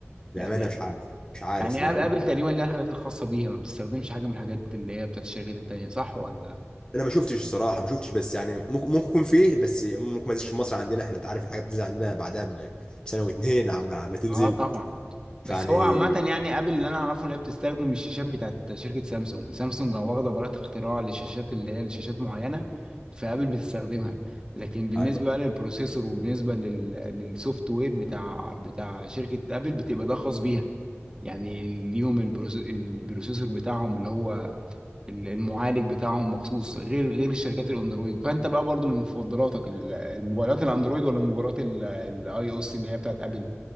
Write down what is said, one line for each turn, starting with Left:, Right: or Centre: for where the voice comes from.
Left: بامانه
Right: يعني
Left: مش عارف مش عارف
Right: يعني
Left: بقى
Right: آب- ابل تقريبا لها الحاجات الخاصه بيها ما بتستخدمش حاجه من الحاجات اللي هي بتاعت الشركات التانيه صح ولا
Left: انا ما شفتش الصراحه ما شفتش بس يعني ممكن ممكن يكون فيه بس ممكن ما ينزلش في مصر عندنا احنا انت عارف الحاجات بتنزل عندنا بعدها ب- بسنه واتنين عم عم تنزل
Right: اه طبعا بس
Left: فيعني
Right: هو عامة يعني ابل اللي انا اعرفه اللي هي بتستخدم الشاشات بتاعت شركة سامسونج سامسونج واخدة براءة اختراع للشاشات اللي هي لشاشات معينة فابل بتستخدمها لكن بالنسبة
Left: ايوه
Right: بقى للبروسيسور وبالنسبة لل... للسوفت وير بتاع بتاع شركة ابل بتبقى ده خاص بيها يعني ليهم البروس... البروسيسور بتاعهم اللي هو ال- المعالج بتاعهم مخصوص غير غير الشركات الاندرويد فانت بقى برضو من مفضلاتك ال- الموبايلات الاندرويد ولا موبايلات الاي او اس اللي هي بتاعت ابل